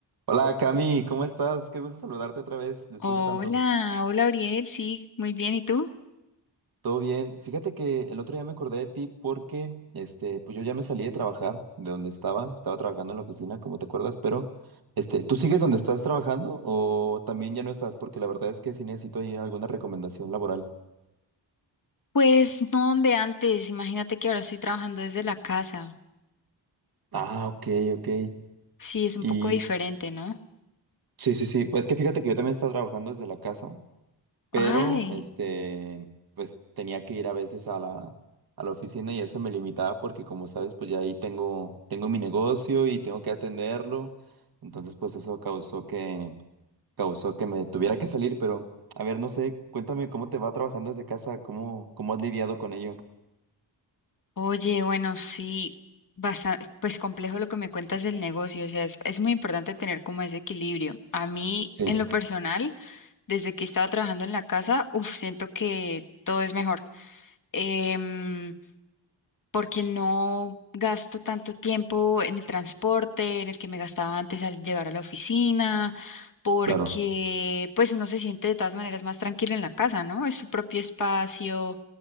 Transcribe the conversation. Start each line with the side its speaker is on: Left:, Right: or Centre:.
Right: Hola Cami, ¿cómo estás? Qué gusto saludarte otra vez después
Left: Hola,
Right: de tanto.
Left: hola Ariel, sí, muy bien, ¿y tú?
Right: ¿Todo bien? Fíjate que el otro día me acordé de ti porque, este, pues yo ya me salí de trabajar de donde estaba, estaba trabajando en la oficina, como te acuerdas, pero, este, ¿tú sigues donde estás trabajando o también ya no estás? Porque la verdad es que sí necesito ahí alguna recomendación laboral.
Left: Pues no donde antes, imagínate que ahora estoy trabajando desde la casa.
Right: Ah, ok, ok.
Left: Sí, es un
Right: Y
Left: poco diferente, ¿no?
Right: sí, sí, sí, pues es que fíjate que yo también estaba trabajando desde la casa, pero
Left: Ay,
Right: este, pues tenía que ir a veces a la, a la oficina y eso me limitaba porque como sabes, pues ya ahí tengo, tengo mi negocio y tengo que atenderlo, entonces pues eso causó que, causó que me tuviera que salir, pero a ver, no sé, cuéntame cómo te va trabajando desde casa, cómo, cómo has lidiado con ello.
Left: oye, bueno, sí, bastante, pues complejo lo que me cuentas del negocio, o sea, es, es muy importante tener como ese equilibrio. A mí,
Right: Sí,
Left: en lo personal, desde que he estado trabajando en la casa, uf, siento que todo es mejor. Em, porque no gasto tanto tiempo en el transporte, en el que me gastaba antes al llegar a la oficina, porque
Right: claro.
Left: pues uno se siente de todas maneras más tranquilo en la casa, ¿no? Es su propio espacio,